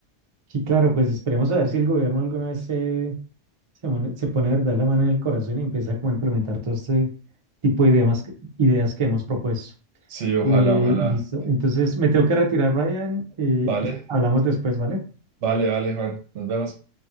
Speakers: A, on the right; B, on the right.
A: Sí, claro, pues esperemos a ver si el gobierno alguna vez se, se, mon- se pone de verdad la mano en el corazón y empieza como a implementar todo este tipo de ideas, que- ideas que hemos propuesto.
B: Sí, ojalá,
A: Eh,
B: ojalá.
A: listo, entonces me tengo que retirar, Brian. eh,
B: Vale,
A: es- hablamos después, ¿vale?
B: vale, vale, Juan. Nos vemos.